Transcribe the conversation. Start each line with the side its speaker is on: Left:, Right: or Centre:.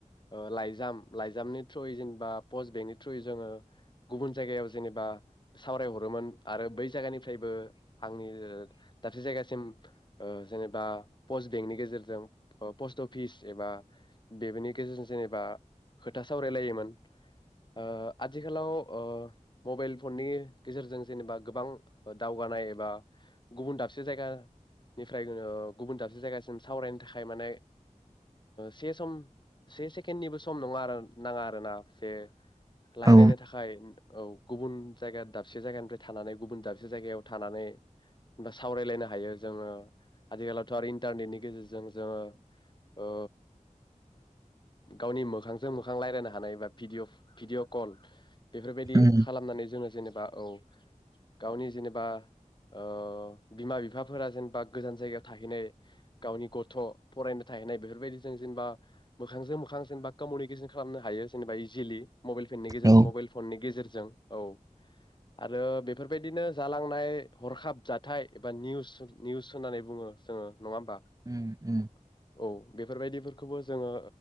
Left: ओ लाइजाम लाइजामनि थ्रुयै जेनेबा पस्ट बेंकनि थ्रुयै जोङो गुबुन जायगायाव जेनेबा सावरायहरोमोन आरो बै जायगानिफ्रायबो हांनि दाबसे जायगासिम सिम ओ जेनेबा पस्ट बेंकनि गेजेरजों ओ पस्ट अफिस एबा बेफोरनि गेजेरजों जेनेबा खोथा सावरायलायोमोन आ आथिखालाव ओ मबाइल फननि गेजेरजों जेनेबा गोबां दावगानाय एबा गुबुन दाबसे जायगानि फ्राय गुबुन दाबसे जायगासिम सावरायनो थाखाय माने से सम से सेकेणडनिबो सम नङा आरो नाङा आरो ना जे रायज्लायनो
Right: औ
Left: थाखाय औ गुबुन जायगा दाबसे जायगानिफ्राय थानानै गुबुन दाबसे जायगायाव थानानैबा सावरायलायनो हायो जोङो आथिखालावथ' आरो इन्टारनेटनि गेजेरजों जोङो ओ गावनि मोखांजों मोखां रायज्लायनो हानाय बा भिदिय भिडिअ' कल बेफोरबायदि
Right: उम
Left: खालामनानै जोङो जेनेबा औ गावनि जेनेबा ओ बिमा बिफाफोरा जेनेबा गोजान जायगायाव थाहैनाय गावनि गथ' फरायनो थाहैनाय बेफोरबायदि जों जेनेबा मोखांजों मोखां जेनेबा कमिउनिकेसन खालामनो हायो जेनेबा इजिलि मबाइल फेननि गेजेर
Right: औ
Left: मबाइल फननि गेजेरजों जों औ आरो बेफोरबायदिनो जालांनाय हरखाब जाथाय एबा निउस निउस होननानै बुङो जोङो नङा होमबा औ
Right: उम उम
Left: बेफोरबायदिफोरखौबो जोङो